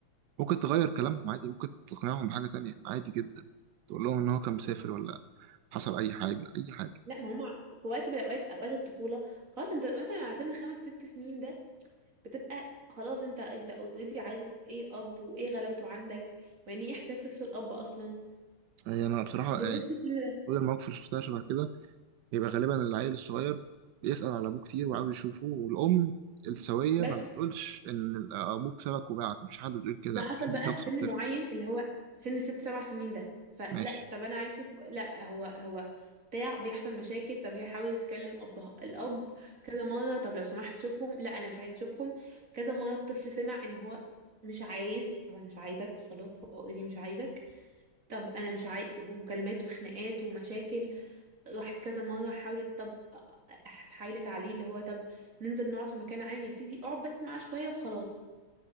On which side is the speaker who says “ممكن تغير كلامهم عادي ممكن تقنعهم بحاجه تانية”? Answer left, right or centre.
Right